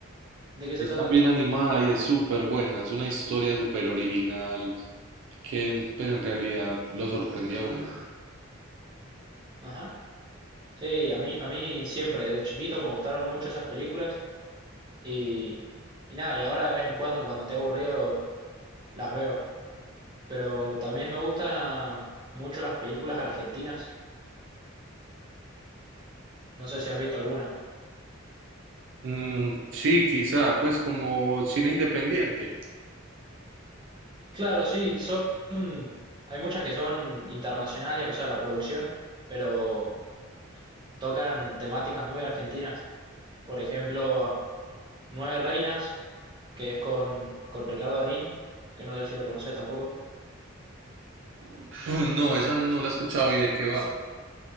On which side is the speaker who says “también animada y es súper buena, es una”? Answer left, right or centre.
Right